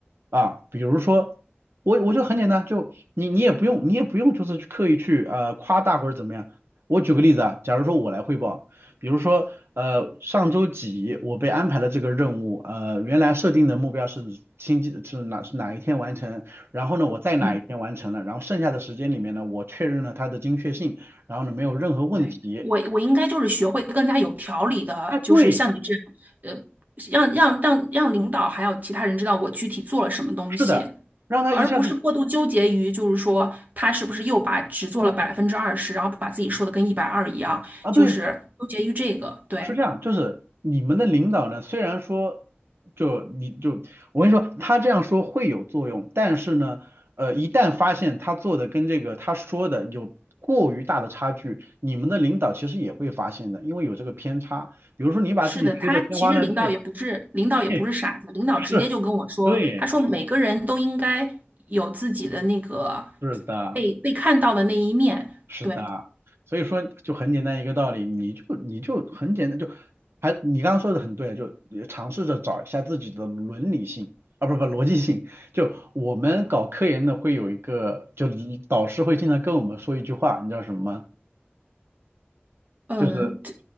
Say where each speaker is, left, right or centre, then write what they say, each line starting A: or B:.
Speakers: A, on the right; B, on the right.
A: 啊，比如说我我就很简单，就你你也不用你也不用就是去刻意去呃夸大或者怎么样。我举个例子啊，假如说我来汇报。比如说，呃，上周几我被安排了这个任务，呃，原来设定的目标是星期是哪是哪一天完成，然后呢，我在哪一天完成了，
B: 嗯，
A: 然后剩下的时间里面呢，我确认了它的精确性，然后呢，没有任何问题。
B: 对，我我应该就是学会更加有条理的，
A: 啊，对，
B: 就是像你这样，呃，让让让让领导还有其他人知道我具体做了什么东西。
A: 是的，让他一下子
B: 而不是过度纠结于，就是说他是不是又把只做了百分之二十，然后把自己说的跟一百二一样，
A: 啊，
B: 就是纠结于这个。
A: 对，
B: 对，
A: 是这样，就是你们的领导呢，虽然说，就你就我跟你说，他这样说会有作用，但是呢，呃，一旦发现他做的跟这个他说的有过于大的差距，你们的领导其实也会发现的，因为有这个偏差。比如说你把自己吹得天花乱坠，
B: 是的，他其实领导也不是领导也不是傻子，
A: <laughs> 嘿，
B: 领导直接就跟我说，
A: 是，对，
B: 他说每个人都应该有自己的那个
A: 是的。
B: 被被看到的那一面。
A: 是的啊，
B: 对，
A: 所以说就很简单一个道理，你就你就很简单，就还你刚刚说的很对啊，就也尝试着找一下自己的伦理性啊，不不逻辑性。就我们搞科研的会有一个，就导师会经常跟我们说一句话，你知道什么吗？
B: 嗯、
A: 就是
B: 这